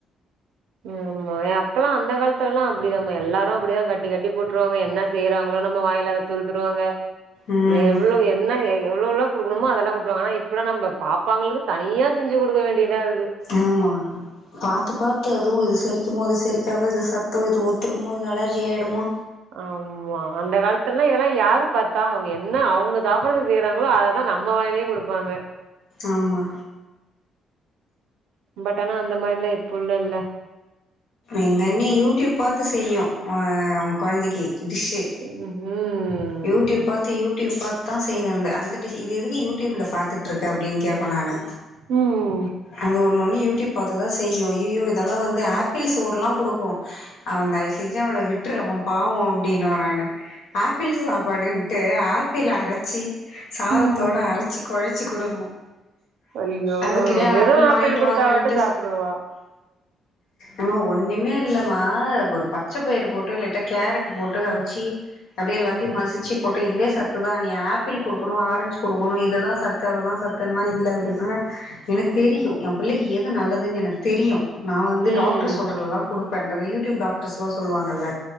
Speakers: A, on the right; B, on the left.
A: ஆமா அப்பெல்லாம் அந்த காலத்துல எல்லாம் அப்டிதாமா எல்லாரும் அப்டிதான் கட்டி கட்டி போட்டுருவாங்க என்னா செய்றாங்களோ நம்ம வாயில அதை துருத்துடுவாங்க
B: ம்
A: எவ்ளோ என்ன எவ்ளோஎவ்ளோ குடுக்கணுமோ அதெல்லாம் கொடுத்தாங்க ஆனா இப்பல்லாம் நம்ம பாப்பாங்களுக்கு தனியா செஞ்சு கொடுக்க வேண்டியதா இருக்கு
B: ஆமா பாத்து பாத்து அதுவும் இது செரிக்குமோ அது செரிக்காதோ இது சத் தோ இது ஒத்துக்குமோ இது அலர்ஜி ஆயிடுமோ
A: ஆமா அந்த காலத்துலாம் இதெல்லாம் யாரு பாத்தா அவங்க என்ன அவங்க சாப்டுறது செய்றாங்களோ அத ஆனா நம்ம வாயிலயே குடுப்பாங்க
B: ஆம்மா
A: பட் ஆனா அந்த மாரிலா இப்போ இல்லல்ல
B: எங்கன்னே யூடியூப் பாத்துசெய்யு ஆ அவுங்க கொழந்தைக்கு டிஷ்ஷு
A: ம்ஹு
B: யூடியூப் பாத்து யூடியூப் பாத்து தா செய்வே அந்த அந்த டிஷ் இது எதுக்கு யூடியூப்ல பாத்துட்டு இருக்க அப்டின் கேட்பே நானு
A: ம்
B: அது ஒண்ணு ஒண்ணு யூடியூப் பாத்துதா செய்யு ஐயயோ இதெல்லா வந்து ஆப்பிள் சோர்ல்லா குடுக்கும் அவன் தயவு செஞ்சு அவன விட்ரு அவன் பாவம் அப்டின்னுவே நானு ஆப்பிள் சாப்பாடுன்ட்டு ஆப்பிள் அரைச்சி சாதத்தோடு
A: ம் ம்
B: அரைச்சி கொழச்சு குடுக்கு
A: ஐயோ
B: அதுக்குனே
A: வெறு
B: ஆப்பிள் வாங்கிட்டு
A: குடுத்தா
B: வாங்கன்ட்டு
A: மட்டு சாப்டுவா
B: ஏமா ஒண்ணுமே இல்லமா ஒரு பச்சை பயிர் போட்டு லைட்டா கேரட் போட்டு அத
A: ம்
B: அவிச்சு அப்டியே எல்லாத்தையு
A: ம்
B: மசிச்சு போட்டு இதுவே சத்து தா நீ ஆப்பிள் குடுக்கணு ஆரஞ்சு குடுக்கணு இதுதா சத்து அததா சத்து ல்லா
A: ம்
B: இல்ல அப்டின்னா எனக்கு
A: ம்
B: தெரியு
A: ம்
B: என் பிள்ளைக்கு எது நல்லதுன்னு எனக்கு தெரியு நா வந்து
A: ம்
B: டாக்டர் சொல்றதுதா குடு பண்றது யூடியூப் டாக்டர்ஸ்ல்லா சொல்லுவாங்கல்ல